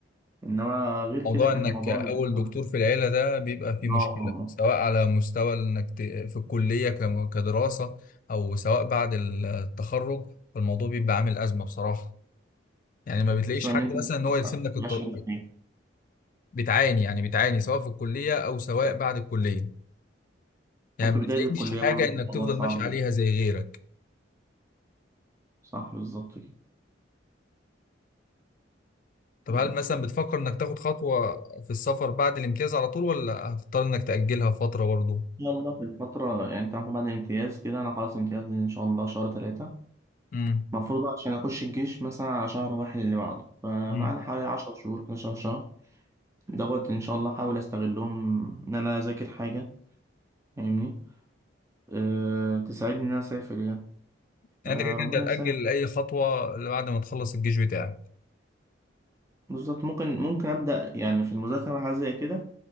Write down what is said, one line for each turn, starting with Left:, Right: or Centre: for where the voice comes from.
Right: إنما غير
Left: موضوع
Right: كده كان
Left: إنك
Right: الموضوع
Left: أول
Right: بيبقى
Left: دكتور في العيلة ده بيبقى فيه مشكلة
Right: آه والله.
Left: سواء على مستوى إنك ت- في الكلية كم- كدراسة أو سواء بعد التخرج فالموضوع بيبقى عامل أزمة بصراحة يعني ما بتلاقيش
Right: خصوصا
Left: حد
Right: إن أنت
Left: مثلا ان هو يرسم لك الطريق
Right: مش عارف إيه
Left: بتعاني يعني بتعاني سواء في الكلية او سواء بعد الكلية يعني
Right: وفي
Left: ما بتلاقيش
Right: بداية الكلية
Left: حاجة
Right: برضو كان
Left: انك
Right: الموضوع
Left: تفضل
Right: صعب
Left: ماشي عليها
Right: جدا
Left: زي غيرك
Right: صح بالظبط كده
Left: طب
Right: مم.
Left: هل مثلا بتفكر انك تاخد خطوة في السفر بعد الامتياز على طول ولا هتضطر انك تأجلها فترة برضه
Right: إن شاء الله في الفترة يعني أنت المفروض بعد الامتياز كده أنا خلاص امتياز إن شاء الله شهر تلاتة
Left: امم
Right: المفروض عشان أخش الجيش مثلا على شهر واحد اللي بعده فمعنا
Left: امم
Right: حوالي عشر شهور 11 شهر دوت إن شاء الله أحاول أستغلهم إن أنا أذاكر حاجة فاهمني أه تساعدني إن أنا أسافر يعني
Left: يعني
Right: فربنا
Left: انت كده كده انت هتأجل
Right: يسهل
Left: اي خطوة اللي بعد ما تخلص الجيش بتاعك
Right: بالظبط ممكن ممكن أبدأ يعني في المذاكرة وحاجة زي كده